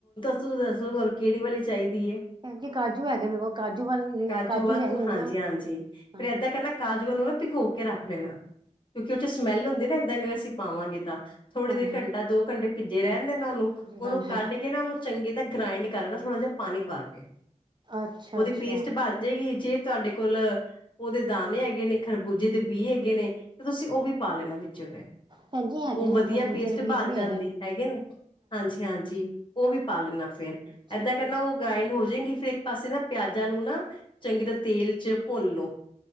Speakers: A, on the left; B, on the right.
A: ਤੂੰ ਦੱਸੋ! ਕਰ ਕਿਹੜੀ ਵਾਲੀ ਚਾਹੀਦੀ ਏ?
B: ਭੈਣ ਜੀ ਕਾਜੂ ਹੈਗੇ ਮੇਰੇ ਕੋਲ ਕਾਜੂ ਵਾਲੇ
A: ਕਾਜੂ ਵਾਧੂ।
B: ਲਿਆਈ ਹੋਈ
A: ਹਾਂਜੀ!
B: ਆ
A: ਹਾਂਜੀ! ਫੇਰ
B: ਹਾਂਜੀ
A: ਏਦਾਂ ਕਰਨਾ ਕਾਜੂਆਂ ਨੂੰ ਨਾ ਭਿਗੋ ਕੇ ਰੱਖ ਲੈਣਾ। ਕਿਉਂਕਿ ਉਹ ਚੇ ਸਮੈਲ ਹੁੰਦੀ ਨਾ। ਇਏਦਾਂ ਅਸੀਂ ਪਾਵਾਂਗੇ। ਥੋੜੀ
B: ਹਾਂਜੀ
A: ਦੇਰ ਘੰਟਾ ਦੋ ਘੰਟੇ ਭਿੱਜੇ ਰਹਿੰਦੇ ਨਾ ਉਹਨੂੰ।
B: ਹਾਂਜੀ
A: ਉਹਨੂੰ
B: ਹਾਂਜੀ
A: ਕੱਢ ਕੇ ਨਾ ਉਹਨੂੰ ਚੰਗੇ ਤਾਂ ਗ੍ਰਾਇੰਡ ਕਰ ਕੇ ਨਾ ਥੋੜਾ ਜਹਾ ਪਾਣੀ ਪਾ ਕੇ
B: ਅੱਛਾ
A: ਉਹਦੀ
B: ਅੱਛਾ
A: ਪੇਸਟ ਬਣ ਜਾਏਗੀ। ਜੇ ਤੁਹਾਡੇ ਕੋਲ ਉਹਦੇ ਦਾਣੇ ਹੈਗੇ ਨੇ। ਖਰਬੂਜੇ ਦੇ ਬੀ ਹੈਗੇ ਨੇ। ਤੇ ਤੁਸੀਂ ਉਹ ਵੀ ਪਾ ਲੈਣਾ ਵਿੱਚ।
B: ਭੈਣ ਜੀ ਹੈਗੇ
A: ਉਹ
B: ਨੇ
A: ਵਧੀਆ
B: ਖਰਬੂਜੇ
A: ਪੇਸਟ
B: ਦੇ ਬੀਜ
A: ਬਣ
B: ਵੀ
A: ਜਾਂਦੀ। ਹੈਗੇ ਨੇ? ਹਾਂਜੀ! ਹਾਂਜੀ! ਉਹ ਵੀ ਪਾ ਲੈਣਾ। ਫੇਰ
B: ਠੀਕ
A: ਏਦਾਂ ਕਰਨਾ
B: ਹੈ
A: ਉਹ ਗ੍ਰਾਇੰਡ ਹੋ ਗੀ। ਫਿਰ ਇੱਕ ਪਾਸੇ ਨਾ ਪਿਆਜਾਂ ਨੂੰ ਨਾ ਚੰਗੀ ਤਰ੍ਹਾਂ ਤੇਲ ਚ ਭੁੰਨ ਲਓ।